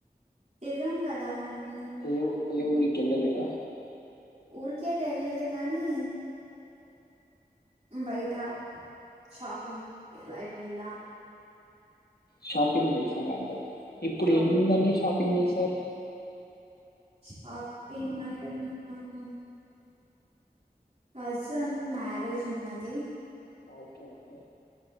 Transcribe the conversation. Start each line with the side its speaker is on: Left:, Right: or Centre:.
Right: తిర్గం గదా మ్
Left: ఏ ఎ ఊరికెళ్లలేద
Right: ఊరికైతే ఎళ్ళలె గాని బయ్ట షాపింగ్ ఎలా వెళ్ళాం
Left: షాపింగ్ జేసారండి ఇప్పుడు
Right: షాప్
Left: ఏముందండి షాపింగ్ జేశారు
Right: షాపింగ్ అంటె మ్ కజన్ మ్యారేజ్ ఉన్నది
Left: ఓకేకె